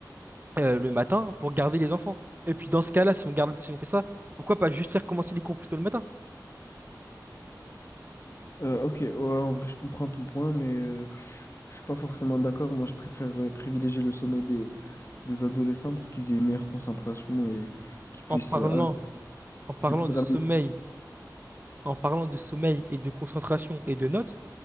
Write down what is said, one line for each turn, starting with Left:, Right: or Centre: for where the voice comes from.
Right: euh, le matin pour garder les enfants. Et puis dans ce cas-là, si on garde, si on fait ça, pourquoi pas juste faire commencer les cours plus tôt le matin
Left: Euh, ok, ouais, en vrai, je comprends ton point, mais euh, je je suis pas forcément d'accord. Moi, je préfère euh, privilégier le sommet des, des adolescents pour qu'ils aient une meilleure concentration et qu'ils puissent
Right: en parlant
Left: euh, arrêter
Right: en parlant
Left: arrêter de
Right: de
Left: ramener.
Right: sommeil, en parlant de sommeil et de concentration et de notes,